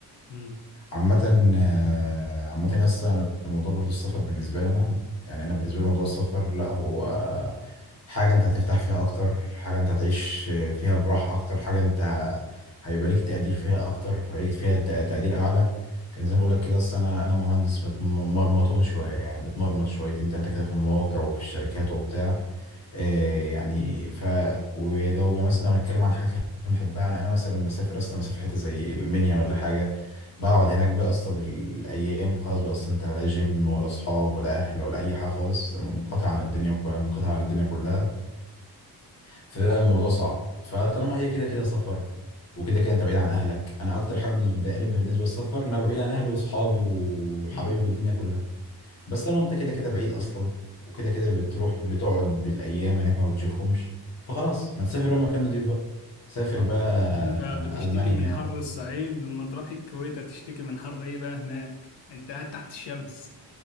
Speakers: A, on the left; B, on the left.
A: مم.
B: عامة آه، عامة يا اسطى انا الموضوع برضو السفر بالنسبة لي انا يعني انا بالنسبة لي موضوع السفر لا هو آه، حاجة انت هترتاح فيها اكتر حاجة انت هتعيش فيها براحة اكتر حاجة انت ه- هيبقى ليك تقدير فيها اكتر هيبقى ليك فيها تق- تقدير اعلى كان زي ما بقول لك كده اصل انا انا مهندس مت- مرمطون شوية يعني بتمرمط شويتين تلاتة كده في المواقع وفي الشركات وبتاع آه، يعني ف ولو مثلا لو هنتكلم عن حاجات اللي احنا بنحبها يعني انا مثلا لما اسافر اصلا مسافر حته زي المنيا ولا حاجه بقعد هناك بقى اصلا بالايام خلاص بقى اصلا انت لا جيم ولا اصحاب ولا اهل ولا اي حاجه خالص منقطع عن الدنيا كلها منقطع عن الدنيا كلها فبقى الموضوع صعب فطالما هي كده كده سفر وكده كده انت بعيد عن اهلك انا اكتر حاجه بتضايقني بالنسبه للسفر ان انا بعيد عن اهلي واصحابي وحبايبي
A: ايه
B: والدنيا كلها بس طالما انت كده كده بعيد اصلا وكده كده بتروح بتقعد بالايام هناك ما بتشوفهمش فخلاص ما تسافر بقى مكان نضيف بقى سافر
A: صح
B: بقى
A: <laughs> انت بتشتكي
B: المانيا
A: من حر الصعيد لما تروح الكويت هتشتكي من حر ايه بقى هناك انت قاعد تحت الشمس